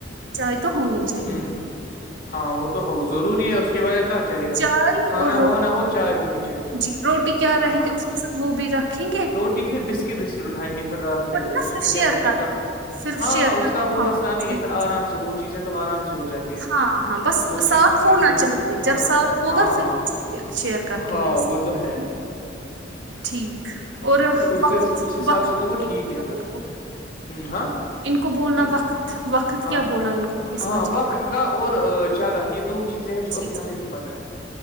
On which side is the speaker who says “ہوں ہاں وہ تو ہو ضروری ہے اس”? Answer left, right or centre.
Left